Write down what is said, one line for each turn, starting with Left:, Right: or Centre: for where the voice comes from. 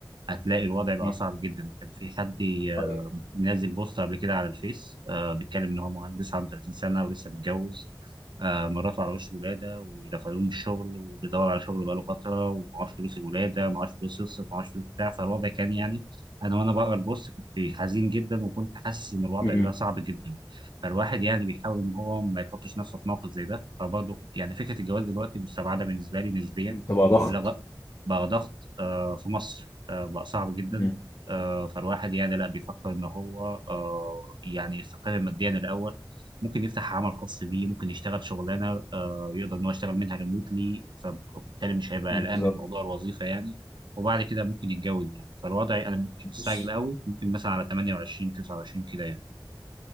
Right: هتلاقي الوضع بقى
Left: مم.
Right: صعب جدا كان في حد
Left: أيوة.
Right: منزل بوست قبل كده على الفيس آه بيتكلم ان هو مهندس عنده 30 سنه ولسه متجوز آه مراته على وش ولاده ورفضوه من الشغل وبيدور على شغل بقاله فتره ومعهوش فلوس الولاده معهوش فلوس يصرف معهوش فلوس بتاع فالوضع كان يعني انا وانا بقرا البوست كنت حزين جدا وكنت حاسس ان الوضع
Left: مم.
Right: ده صعب جدا فالواحد يعني بيحاول ان هو ما يحطش نفسه في موقف زي ده فبرضه يعني فكره الجواز دلوقتي مستبعده بالنسبه لي نسبيا
Left: تبقى ضغط
Right: لغ- بقى ضغط آه، في مصر آه، بقى صعب جدا
Left: مم.
Right: آه، فالواحد يعني لا بيفكر ان هو آه، يعني يستقر ماديا الاول ممكن يفتح عمل خاص بيه ممكن يشتغل شغلانه آه، يقدر ان هو يشتغل منها ريموتلي فبالتالي مش هيبقى
Left: بالظبط
Right: قلقان من موضوع الوظيفه يعني وبعد كده ممكن يتجوز يعني فالوضع انا مش مستعجل
Left: بص
Right: قوي ممكن مثلا على 28 29 كده يعني